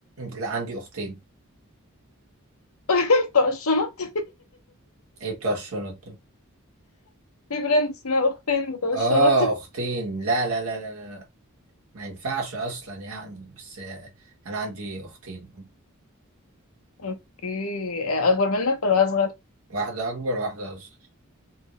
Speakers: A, on the right (about 80°); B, on the left (about 80°).
A: لا عندي اختين
B: <laughs> بتوع الشنط
A: ايه بتوع الشنط دول
B: في براند اسمها أختين بتوع
A: اه
B: الشنط
A: اختين لا لا لا لا لا لا. ما ينفعش اصلا يعني بس آه، انا عندي اختين
B: اوكي اكبر منك ولا اصغر
A: واحده اكبر وواحده اصغر